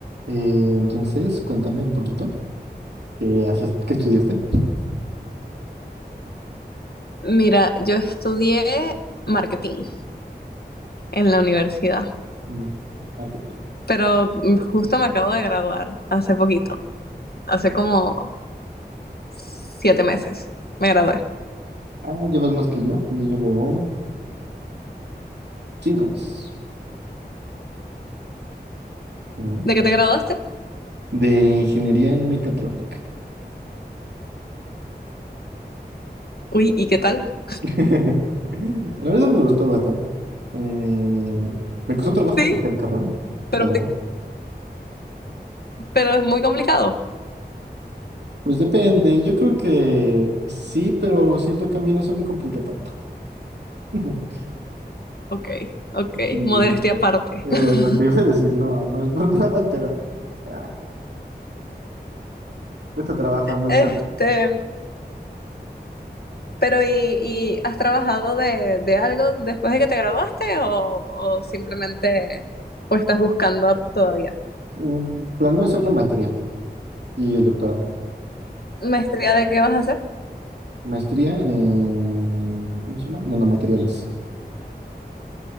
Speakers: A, on the right; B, on the left.
A: Eh, entonces, cuéntame un poquito, ¿qué haces, qué estudiaste?
B: Mira, yo estudié marketing en la universidad,
A: Mm, Marketing.
B: pero justo me acabo de graduar hace poquito, hace como siete meses me gradué.
A: Ah, llevas más que yo, yo llevo cinco más. ¿no?
B: ¿De qué te graduaste?
A: De ingeniería en mecatrónica.
B: Uy, ¿y qué tal?
A: <laughs> La verdad me gustó bastante. Eh, me costó trabajo
B: Sí,
A: escoger carrera,
B: pero
A: la verdad.
B: muy- pero es muy complicado.
A: Pues depende, yo creo que sí, pero siento que a mí no se me complica tanto. <laughs>
B: Ok, ok,
A: Aquí,
B: modestia aparte.
A: eh,
B: <laughs>
A: lo que iba a decir, no, no es por <laughs> nada, pero ah, cuesta trabajo no
B: Este,
A: hacer.
B: pero ¿y, y has trabajado de, de algo después de que te graduaste o, o simplemente o estás buscando todavía?
A: Mm, Planeo hacer la maestría y el doctorado.
B: ¿Maestría de qué vas a hacer?
A: Maestría en, ¿cómo se llama? Nanomateriales.